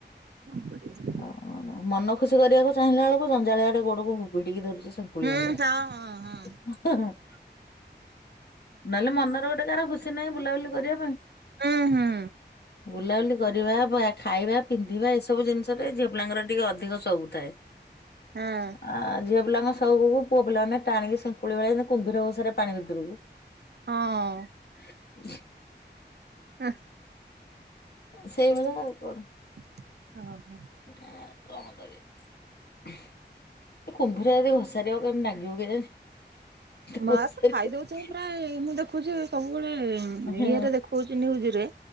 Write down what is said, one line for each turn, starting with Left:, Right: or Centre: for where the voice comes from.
Right: <inaudible>
Left: ହଉ ମନ ଖୁସି କରିବାକୁ ଚାହିଁଲା ବେଳକୁ ଜଞ୍ଜାଳ ଆଡେ ଗୋଡକୁ ବୁ ଭିଡିକି ଧରୁଛି ଶଙ୍କୁଳି
Right: ହୁଁ
Left: ଭଳିଆ।
Right: ହଁ ହଁ ହଁ।
Left: ନଲେ ମନରେ ଗୋଟେ କାହାର ଖୁସି ନାହିଁ ବୁଲାବୁଲି କରିବା ପାଇଁ।
Right: ହୁଁ ହୁଁ
Left: ବୁଲାବୁଲି କରିବା ଭ ଖାଇବା, ପିନ୍ଧିବା ଏସବୁ ଜିନିଷ୍ ରେ ଝିଅ ପିଲାଙ୍କର ଟିକେ ଅଧିକ ସଉକୁ ଥାଏ।
Right: ହାଁ!
Left: ଆ ଝିଅ ପିଲାଙ୍କ ସଉକୁକୁ ପୁଅ ପିଲାମାନେ ଟାଣିକି ସିଙ୍କୁଳି ଭଳିଆ କୁମ୍ଭୀରଘୋଷାରେ ପାଣି ଭିତରୁକୁ।
Right: ହଁ!
Left: ହ <inaudible>
Right: ଆଁ!
Left: ସେଇଭଳିଆ ଆଉ କଣ।
Right: <unintelligible>
Left: ଆଉ କଣ କରିବା। ଏ କୁମ୍ଭୀର ଯଦି ଘୋସାରିବ କେମିତି ନାଗିବ କେଜାଣି। ଘୋଷାରିବ
Right: ମା ତ ଖାଇଦଉଛି ମୁଁ ପ୍ରା ମୁଁ ଦେଖୁଛି ସବୁବେଳେ ଉମ୍-
Left: ହୁଁ
Right: ଇଏରେ ଦେଖଉଚି ନ୍ୟୁଜରେ।